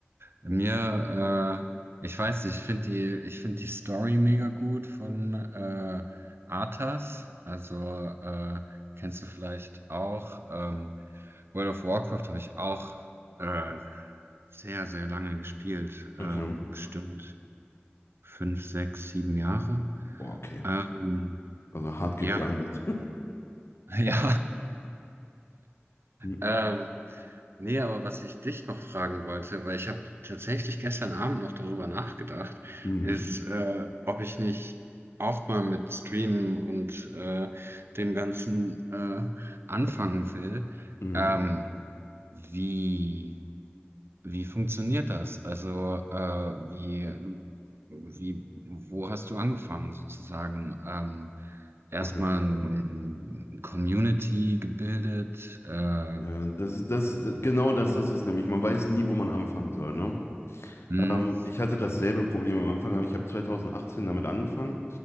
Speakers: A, on the right (about 65°); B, on the left (about 75°).
A: mir, äh, ich weiß nicht, ich finde die, ich finde die Story mega gut von äh, Arthas. Also äh, kennst du vielleicht auch. Ähm, World of Warcraft habe ich auch äh, sehr, sehr lange gespielt. Ähm,
B: Okay.
A: bestimmt fünf, sechs, sieben Jahre.
B: Boah, okay.
A: Ähm,
B: Also hart gegrindet.
A: ja,
B: <laughs>
A: <laughs> ja.
B: Mhm.
A: Ähm, nee, aber was ich dich noch fragen wollte, weil ich habe tatsächlich gestern Abend noch darüber nachgedacht,
B: Mhm.
A: ist, äh, ob ich nicht auch mal mit Streamen und äh, dem Ganzen äh, anfangen will.
B: Mhm.
A: Ähm, wie. Wie funktioniert das? Also, äh, wie, wie, wo hast du angefangen sozusagen? Ähm, erstmal
B: Okay.
A: eine Community gebildet. Äh,
B: Ja, das ist, das ist, genau
A: äh,
B: das ist es nämlich. Man weiß nie, wo man anfangen soll, ne?
A: hm,
B: Ähm, ich hatte dasselbe Problem am Anfang, aber ich habe 2018 damit angefangen